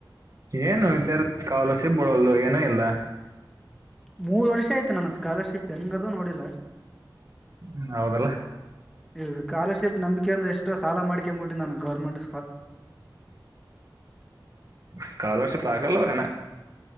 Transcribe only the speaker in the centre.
ಮೂರು ವರ್ಷ ಆಯ್ತು ನನ್ನ ಸ್ಕಾಲರ್ಶಿಪ್ ಹೆಂಗದು ನೋಡಿಲ್ಲ.
ಹ್ಮ ಸ್ಕಾಲರ್ಶಿಪ್. ನಂಬಿಕೆ ಮೇಲೆ ಎಷ್ಟು ಸಾಲ ಮಾಡ. ಹಾಕಿ ಮುಟ್ಟನು ಗಾರ್ಮೆಂಟ್.